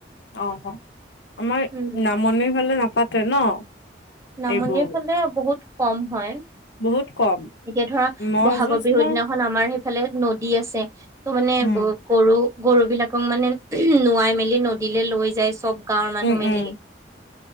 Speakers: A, on the left (about 80°); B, on the right (about 15°).
A: অ অ আমাৰ
B: উম
A: নামনি ফালে নাপ পাতে ন
B: নামনি
A: এইবোৰ
B: ফালে বহুত কম হয়।
A: বহুত কম
B: এতিয়া ধৰা
A: ম'হ
B: বহাগৰ
A: যুঁজ
B: বিহুৰ
A: মই
B: দিনাখন আমাৰ সেইফালে নদী আছে। মানে
A: উম
B: গ গৰু। গৰু বিলাক। <unintelligible> মানে নোৱাই মেলি। নদীলৈ লৈ যায় চব। গাঁৱৰ মানুহ
A: উম
B: মিলি